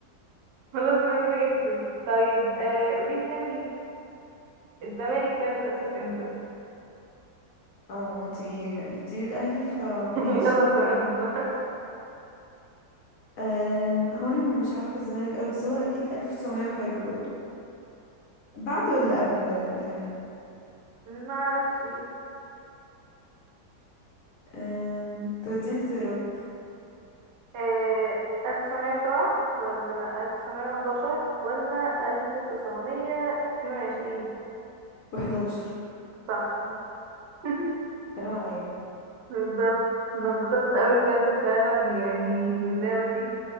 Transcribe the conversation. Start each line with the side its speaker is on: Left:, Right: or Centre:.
Right: خلاص أنا كده جبته طيب آه قوليلي طيب الزمالك طيب اتأسس امتى
Left: اه انتي جبتيلي الأهلي فماشي
Right: <laughs> يلا الزمالك بقى
Left: أم... هو أنا مش عارفة الزمالك أوي بس هو أكيد ألف تسعمية وحاجة برضه بعد ولا قبل الأهلي
Right: ما اعرفش
Left: أم... توديني اختيارات
Right: <laughs> آه، 1907 ولا 1911 ولا 1922
Left: و11
Right: صح <laughs>
Left: سلام على ايه
Right: بالظبط انا اتبسطت قوي بجد فعلا يعني باللعبة دي